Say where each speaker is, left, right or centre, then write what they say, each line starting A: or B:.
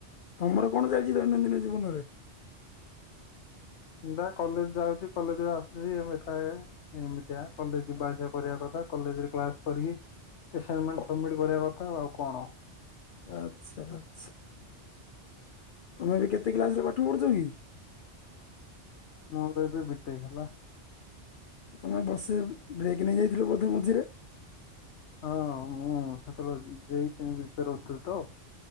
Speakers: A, on the left; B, on the left.
A: ତମର କଣ ଚାଲିଛି ଦୈନନ୍ଦିନ ଜୀବନରେ?
B: ମୁଁ ବା କଲେଜ୍ ଯାଉଛି କଲେଜରୁୁ ଆସୁଛି ଏମିତିଆ କଲେଜ ଲାଇଫ ରେ କରିବା କଥା କଲେଜରେ କ୍ଲାସ କରିକି ଏସାଇନମେଣ୍ଟ ସବମିଟ୍ କରିବା କଥା ଆଉ କଣ।
A: ଆଛା ଆଛା ତମେ ବି କେତେ କ୍ଲାସରେ ପାଠ ପଢ଼ୁଛ କି?
B: ମୋର ଏବେ ବିଟେକ୍ ହେଲା।
A: ତମେ ବର୍ଷେ ବ୍ରେକ୍ ନେଇଯାଇଥିଲ ବୋଧେ ମଝିରେ?
B: ହଁ ମୁଁ ସେତେବେଳେ ଜେଇ ପାଇଁ ପ୍ରିପର ହଉଥିଲ ତ